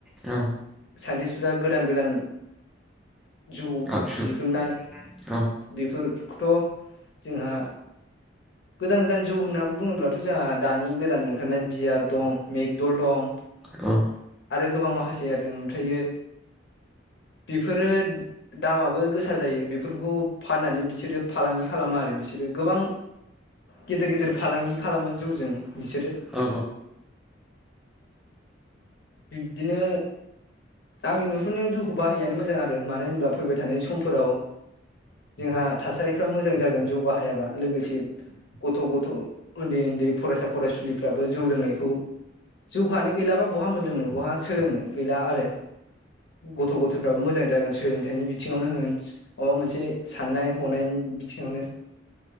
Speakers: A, in the centre; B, on the left.
A: औ
B: साइन्टिस्फोरा गोदान गोदान जौ
A: आगजु
B: दिहुननाय
A: औ
B: बेफोर थ जोंहा गोदान गोदान जौ होनना बुङोब्लाथ जोंहा दानि गोदान ओंखारनाय बियार दं मेकदुल दं।
A: औ
B: आरो गोबां माखासे आरो ओमफ्रायो बेफोरो दामाबो गोसा जायो। बेफोरखौ फाननानै बिसोरो फालांगि खालामो आरो बिसोरो गोबां गिदिर गिदिर फालांगि खालामो जौजों। बिसोरो
A: औ
B: बिब्दिनो आंनि नुहुरनायाव जौखौ बाहायैयानो मोजां आरो मानो होनोबा फैबाय थानाय समफोराव जोंहा थासारिफ्रा मोजां जागोन जौ बाहायाबा लोगोसे गथ गथ थ उन्दै उन्दै फरायसा फरायसुलिफ्राबो जौ लोंनायखौ जौखानो गैलाबा बहा मोनलोंनो बहा सोलोंनो? गैला आरो गथ गथायफ्राबो मोजां जागोन सोलोंथाइनि बि थिङावनो होन माबा मोन से साननाय हनायनि बिथि ङावनो